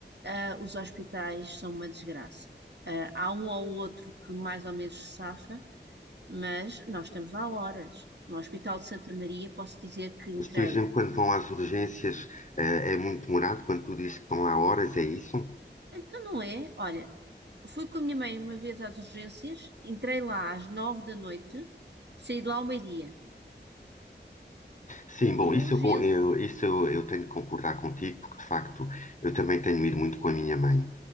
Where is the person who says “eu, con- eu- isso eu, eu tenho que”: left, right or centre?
Left